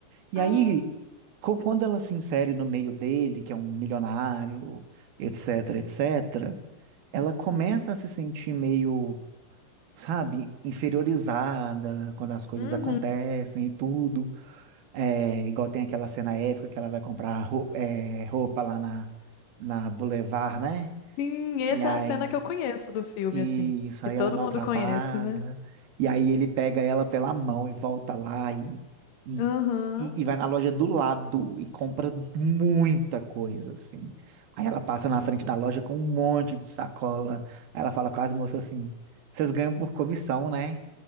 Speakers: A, on the right; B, on the left.
A: E
B: Ah.
A: aí, co- quando ela se insere no meio dele, que é um milionário, etc, etc, ela começa a se sentir meio, sabe, inferiorizada quando as coisas
B: Uhum.
A: acontecem e tudo. É, igual tem aquela cena épica que ela vai comprar ro- é, roupa lá na, na Boulevard, né?
B: Sim, essa
A: E aí.
B: é a cena que eu conheço do filme,
A: Isso,
B: assim, que
A: aí
B: todo
A: ela é maltratada.
B: mundo conhece, né?
A: E aí ele pega ela pela mão e volta lá e, e,
B: Aham.
A: e, e vai na loja do lado e compra muita coisa, assim. Aí ela passa na frente da loja com um monte de sacola. Aí ela fala com as moças assim: vocês ganham por comissão, né?